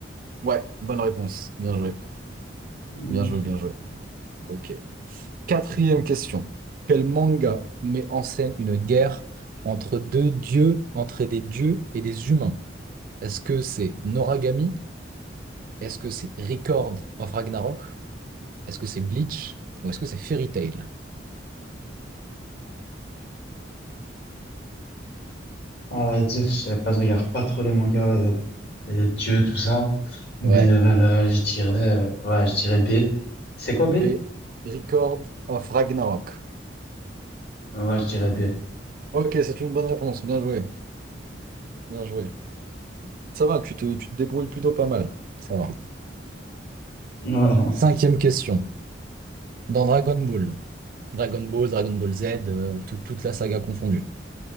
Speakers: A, on the right (about 45°); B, on the left (about 55°).
A: Ouais, bonne réponse. Bien joué.
B: Ok.
A: Bien joué, bien joué. Ok. Quatrième question. Quel manga met en scène une guerre entre deux dieux, entre des dieux et des humains? Est-ce que c'est Noragami? Est-ce que c'est Record of Ragnarok? Est-ce que c'est Bleach? Ou est-ce que c'est Fairy Tail?
B: À dire, je sais pas, je regarde pas trop les mangas, euh, euh, Dieu, tout ça. Mais
A: Ouais.
B: euh, je dirais, euh, ouais, je dirais B. C'est quoi B?
A: B. Record of Ragnarok.
B: Ouais, je dirais B.
A: Ok, c'est une bonne réponse. Bien joué. Bien joué. Ça va, tu te, tu te débrouilles plutôt pas mal. Ça va.
B: Ouais.
A: Cinquième question. Dans Dragon Ball, Dragon Ball, Dragon Ball Z, euh, tout- toute la saga confondue,